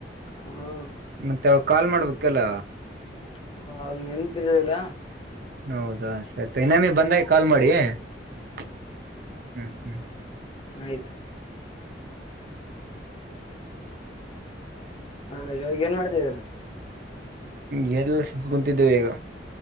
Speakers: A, on the left; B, on the right.
A: ಹ್ಮ್
B: ಮತ್ತೆ ಕಾಲ್ ಮಾಡ್ಬೇಕಲ್ಲ
A: ಹ ಆವಾಗ ನಿತಿರ್ಲಿಲ್ಲ
B: ಹೌದಾ ಸರಿ ಇನ್ನಾಮಿ ಬಂದಾಗ ಕಾಲ್ ಮಾಡಿ ಹ್ಮ್ ಹ್ಮಞ
A: ಆಯ್ತು ಹೌದಾ ಇವಾಗ ಏನ್ ಮಾಡ್ತಾ ದ್ದೀರ
B: ಗೆ ಏನಿಲ್ಲಾ ಸುಮ್ಮನೆ ಕುಂತಿದ್ದೇವೆ ಈಗ